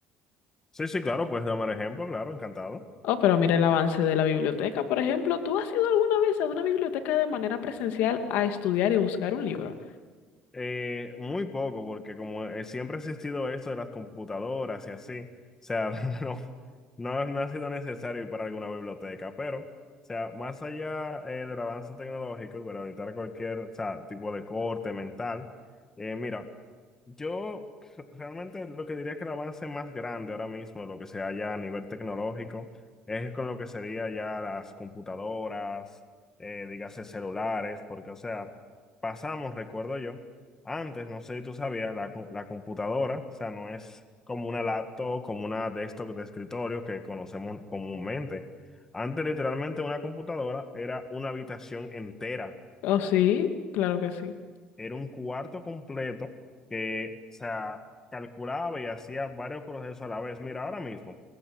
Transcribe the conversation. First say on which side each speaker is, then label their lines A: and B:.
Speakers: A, on the left; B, on the left.
A: Sí, sí, claro, puedes darme el ejemplo, claro, encantado.
B: Oh, pero mira el avance de la biblioteca, por ejemplo. ¿Tú has ido alguna vez a una biblioteca de manera presencial a estudiar y buscar un libro?
A: Eh, muy poco, porque como eh, siempre ha existido esto de las computadoras y así, o sea, <laughs> no, no, no ha sido necesario para alguna biblioteca, pero, o sea, más allá eh, del avance tecnológico y para evitar cualquier, o sea, tipo de corte mental, eh, mira. Yo re- realmente lo que diría es que el avance más grande ahora mismo, lo que sea ya a nivel tecnológico, es con lo que sería ya las computadoras, eh, dígase celulares, porque o sea, pasamos, recuerdo yo, antes, no sé si tú sabías, la, co- la computadora, o sea, no es como una laptop, como una desktop de escritorio que conocemos comúnmente. Antes literalmente una computadora era una habitación entera
B: Oh, sí, claro que sí.
A: era un cuarto completo que, o sea, calculaba y hacía varios procesos a la vez. Mira, ahora mismo